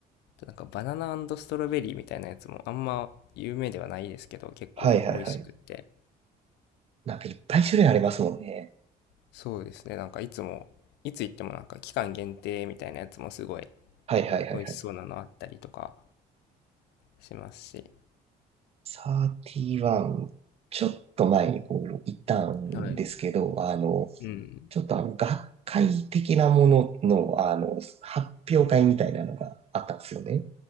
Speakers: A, on the left; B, on the right.
A: なんかバナナストロベリーみたいなやつもあんま有名ではないですけど、結構美味しくって。
B: はいはいはい。なんかいっぱい種類ありますもんね。
A: そうですね、なんかいつも、いつ行ってもなんか期間限定みたいなやつもすごい
B: はいはいはいはい。
A: 美味しそうなのあったりとかしますし。
B: 31、ちょっと前にこう、行ったんですけど、
A: はい。
B: あの、
A: うん。
B: ちょっとあの、学会的なものの、あの、発表会みたいなのがあったんですよね。